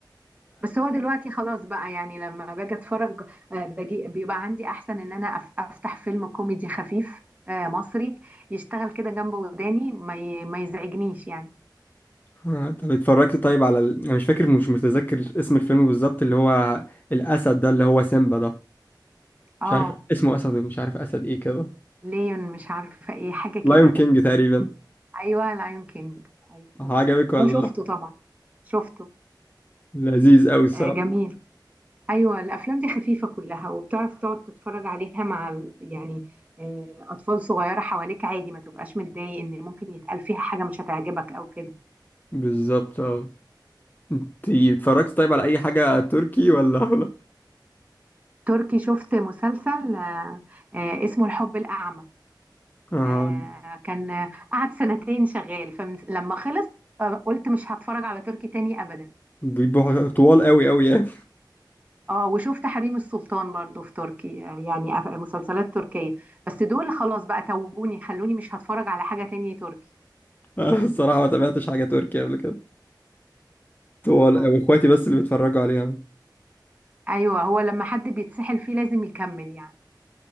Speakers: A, on the right; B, on the left.
A: بس هو دلوقتي خلاص بقى يعني لما باجي اتفرج آه، باجي بيبقى عندي احسن ان انا أف- افتح فيلم كوميدي خفيف آه، مصري يشتغل كده جنب وداني ما ي- ما يزعجنيش يعني
B: آه، طب اتفرجت طيب على ال... انا مش فاكر مش متذكر اسم الفيلم بالظبط اللي هو الاسد ده اللي هو سيمبا ده
A: اه
B: مش عارف اسمه اسد مش عارف اسد ايه كده
A: ليون مش عارفه ايه حاجه كده
B: لايون كينج تقريبا
A: ايوه لايون كينج ايوه
B: عجبك
A: تمام
B: ولا
A: اه شفته
B: لا؟
A: طبعا شفته
B: لذيذ قوي الصراحه
A: آه جميل ايوه الافلام دي خفيفه كلها وبتعرف تقعد تتفرج عليها مع ال- يعني آه، اطفال صغيره حواليك عادي ما تبقاش متضايق ان ممكن يتقال فيها حاجه مش هتعجبك او كده
B: بالظبط اه انت اتفرجت طيب على اي حاجه تركي ولا <laughs> ولا
A: تركي شفت مسلسل آه، آه، اسمه الحب الأعمى
B: اه
A: آه، كان آه، قعد سنتين شغال فلما خلص آه، قلت مش هتفرج على تركي تاني أبدا
B: بيبقوا طوال قوي قوي يعني
A: اه وشفت حريم السلطان برضو في تركي آه، يعني أف- مسلسلات تركية بس دول خلاص بقى توبوني خلوني مش هتفرج على حاجة تانية تركي
B: <laughs> الصراحه ما تابعتش حاجه تركي قبل كده طوال
A: اه
B: قوي اخواتي بس اللي بيتفرجوا عليها
A: أيوه هو لما حد بيتسحل فيه لازم يكمل يعني